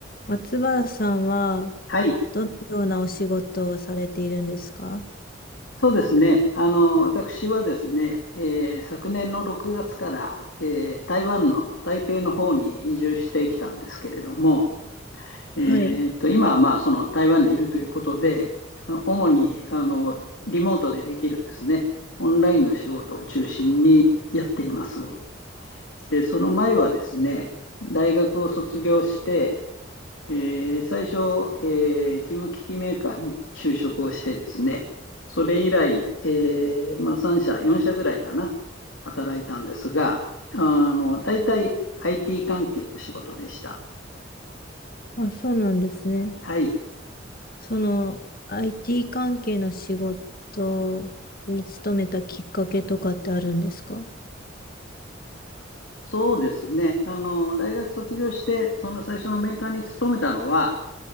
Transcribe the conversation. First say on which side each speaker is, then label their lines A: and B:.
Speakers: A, on the left; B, on the left.
A: 松原さんは
B: はい、
A: どのようなお仕事をされているんですか
B: そうですね。あの、私はですね、えー昨年の6月から、えー台湾の台北の方に移住してきたんですけれども、えーっと、
A: はい。
B: 今はまあその台湾にいるということで、主にあのリモートでできるですね、オンラインの仕事を中心にやっています。で、その前はですね、大学を卒業して、えー最初、えー事務機器メーカーに就職をしてですね、それ以来、えーまあ、3社、4社ぐらいかな、働いたんですが、あの、大体 IT 関係の仕事でした。
A: あ、そうなんですね。
B: はい。
A: その IT 関係の仕事に勤めたきっかけとかってあるんですか
B: そうですね。あの、大学卒業して、その最初のメーカーに勤めたのは、